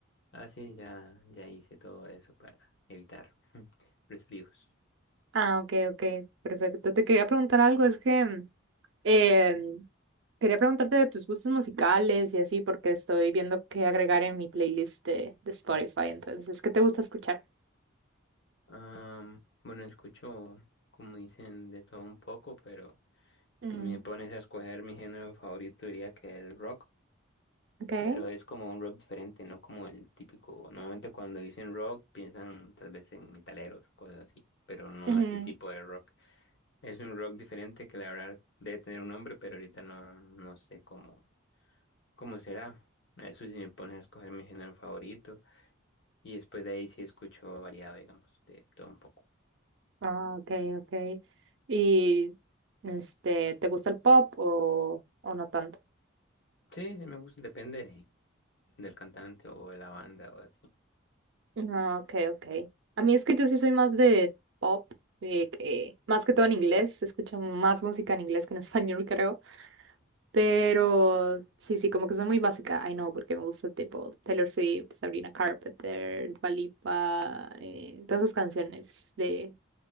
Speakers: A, on the left; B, on the right.
A: Ah, sí, ya, ya hice todo eso para evitar <laughs> resfríos.
B: Ah, ok, ok, perfecto. Te quería preguntar algo, es que em, quería preguntarte de tus gustos musicales y así, porque estoy viendo qué agregar en mi playlist de, de Spotify. Entonces, ¿qué te gusta escuchar?
A: Am, bueno, escucho, como dicen, de todo un poco, pero si
B: Mm,
A: me pones a escoger mi género favorito diría que el rock.
B: okay.
A: Pero es como un rock diferente, no como el típico. Normalmente cuando dicen rock piensan tal vez en metaleros cosas así, pero no
B: Ujú.
A: ese tipo de rock. Es un rock diferente que la verdad debe tener un nombre, pero ahorita no, no sé cómo, cómo será. Eso si me pones a escoger mi género favorito y después de ahí sí escucho variado, digamos, de todo un poco.
B: Ah, okay, okay. Y este, ¿te gusta el pop o, o no tanto?
A: Sí, sí me gusta, depende de- del cantante o de la banda o así.
B: Ah, okay, okay. A mí es que yo sí soy más de pop, de que- más que todo en inglés, escucho más música en inglés que en <laughs> español, creo. Pero sí, sí, como que soy muy básica, I know, porque me gusta tipo Taylor Swift, Sabrina Carpenter, Dua Lipa, eh, todas esas canciones de